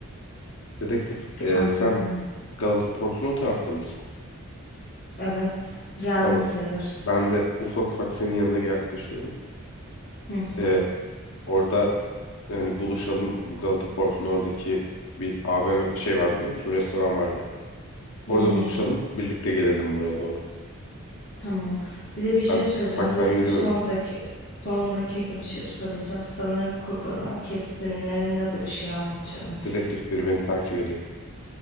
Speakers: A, on the left; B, on the left.
A: Dedektif, e,
B: Anlamıyorum.
A: sen Galata Port'un o tarafta mısın?
B: Evet, geldim
A: Tamam.
B: sayılır.
A: Ben de ufak ufak senin yanına yaklaşıyorum.
B: Hı hı.
A: E, orada hani buluşalım bu Galata Port'un oradaki bir AVM şey var biliyor musun? Restoran vardı. Orada
B: Hı hı.
A: buluşalım birlikte gelelim buraya doğru.
B: Tamam. Bir de bir şey
A: Ben
B: söyleyeceğim.
A: ufaktan
B: Dedik
A: yürüyorum.
B: ki son dakika, son dakika bir şey söyleyeceğim. Sanırım kurbana kesimlerinde de bir şey anlatıyormuş.
A: Dedektif biri beni takip ediyor.